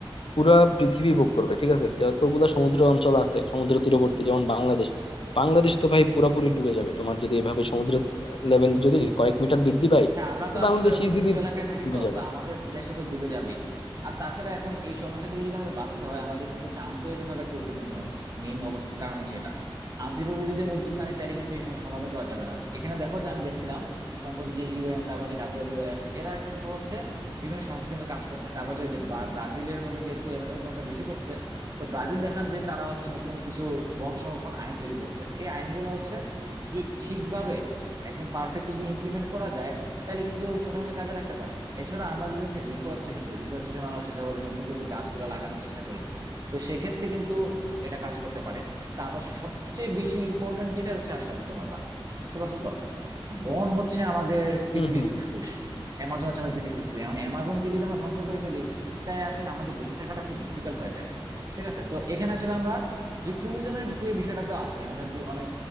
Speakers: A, on the left; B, on the right.
A: পুরা পৃথিবী ভোগ করবে ঠিক আছে যতগুলা সমুদ্র অঞ্চল আছে সমুদ্র তীরবর্তী যেমন বাংলাদেশ বাংলাদেশ তো ভাই পুরাপুরি ডুবে যাবে তোমার যদি এভাবে সমুদ্র লেভেল যদি কয়েক মিটার বৃদ্ধি পায়
B: হ্যাঁ আমরা
A: তো
B: তো আসলে
A: বাংলাদেশ
B: হচ্ছে
A: ইজিলি
B: নিচু এলাকায় থাকি
A: ডুবে
B: তো
A: যাবে
B: তো আমাদের দেশটা তো ডুবে যাবেই আর তাছাড়া এখন এই সমস্যা থেকে যদি আমাদের বাঁচতে হয় আমাদের কিন্তু হচ্ছে আন্তর্জাতিক ভাবে একটা উদ্যোগ নিতে হবে মেইন অবস্থা কারণ হচ্ছে এটা আন্তরিকভাবে যদি আমি উদ্যোগ না নিই তাহলে কিন্তু এই সমস্যা সমাধান করা যাবে না এখানে দেখো যে আমি দেখছিলাম সম্প্রতি যে ইউএন তারপর হচ্ছে ডাব্লিউডব্লিউ এফ এরা কিন্তু হচ্ছে বিভিন্ন সংস্থা কিন্তু কাজ করছে তারপর যে যে বা- ব্রাজিলের মধ্যে যেহেতু অ্যামাজন বনটা বেশি পড়ছে তো ব্রাজিল দেখলাম যে তারা হচ্ছে নতুন কিছু বন সংরক্ষণ আইন তৈরি করছে এই আইনগুলো হচ্ছে যদি ঠিকভাবে একদম পারফেক্টলি যদি ইমপ্লিমেন্ট করা যায় তাহলে কিন্তু মোটামুটি কাজে লাগতে পারে এছাড়া আমরা যদি হচ্ছে রিফরেস্টেশন করি রিফরেস্টেশন মানে হচ্ছে ধরো যে নতুন করে যে গাছগুলো লাগানোর চেষ্টা করি তো সেক্ষেত্রে কিন্তু এটা কাজ করতে পারে তারপর সবচেয়ে বেশি ইম্পর্টেন্ট যেটা হচ্ছে আর সচেতনতা বুঝতে পারছো তো বন হচ্ছে আমাদের পৃথিবীর
A: হম হম
B: ফুসফুস
A: হম
B: অ্যামাজন হচ্ছে আমাদের পৃথিবীর ফুসফুস এখন অ্যামাজনকে যদি আমরা ধ্বংস করে ফেলি তাহলে আসলে আমাদের বেঁচে থাকাটা খুব ডিফিকাল্ট হয়ে যায় ঠিক আছে তো এখানে আসলে আমরা যে ট্যুরিজমের যে বিষয়টা তো আছে আমাদের অনেক